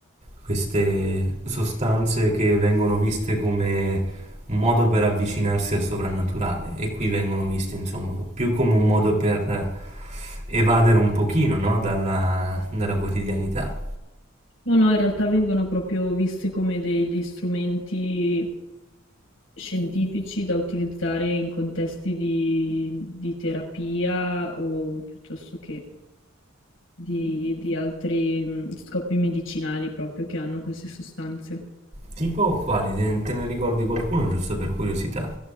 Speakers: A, on the right; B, on the left.
A: queste sostanze che vengono viste come un modo per avvicinarsi al soprannaturale e qui vengono viste, insomma, più come un modo per evadere un pochino, no? dalla dalla quotidianità.
B: No, no, in realtà vengono proprio viste come degli strumenti scientifici da utilizzare in contesti di, di terapia o piuttosto che di, di altri mm, scopi medicinali proprio che hanno queste sostanze.
A: Tipo o quali? Te te ne ricordi qualcuno giusto per curiosità?